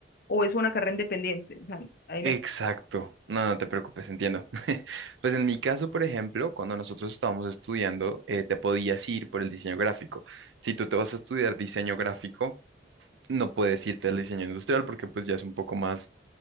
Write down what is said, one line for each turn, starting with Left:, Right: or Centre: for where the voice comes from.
Left: o es una carrera independiente. O sea, ahí
Right: Exacto.
Left: me...
Right: No, no te preocupes, entiendo. <laughs> Pues en mi caso, por ejemplo, cuando nosotros estábamos estudiando, eh, te podías ir por el diseño gráfico. Si tú te vas a estudiar diseño gráfico, no puedes irte al diseño industrial porque pues ya es un poco más